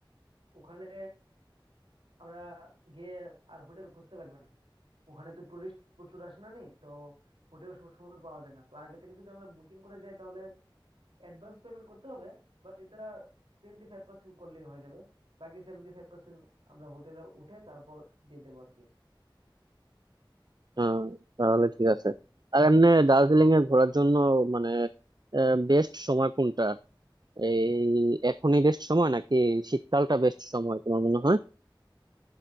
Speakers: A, on the right; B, on the right.
A: ওখানে আমরা গিয়ে আর হোটেল খুঁজতে লাগবে না ওখানে তো টুরিস্ট প্রচুর আসে না নি তো হোটেল সবসময় পাওয়া যায় না তো আগে থেকে যদি আমরা বুকিং করে যাই তাহলে অ্যাডভান্স পেমেন্ট করতে হবে বাট এটা টোয়েন্টি ফাইভ পার্সেন্ট করলেই হয়ে যাবে বাকি সেভেন্টি ফাইভ পার্সেন্ট আমরা হোটেলে উঠে তারপর দিয়ে দেবো আর কি
B: হ্যাঁ তাহলে ঠিক আছে আর এমনি দার্জিলিং এ ঘোরার জন্য মানে বেস্ট সময় কোনটা এই এখনই বেস্ট সময় নাকি শীতকালটা বেস্ট সময় তোমার মনে হয়